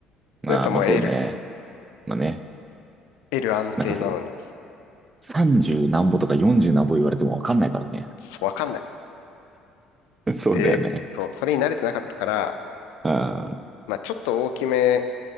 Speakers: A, on the right (about 25°); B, on the left (about 80°).
A: あ。
B: それとも
A: まあまあそうね。
B: L、
A: まあね。
B: L 安定なのに、
A: なんかそさんじゅう、30何歩とか40何歩言われてもわかんないからね。
B: そうわかんない。
A: <laughs> そうだよね。
B: で、そう、それに慣れてなかったから、
A: ああ、
B: まあちょっと大きめ、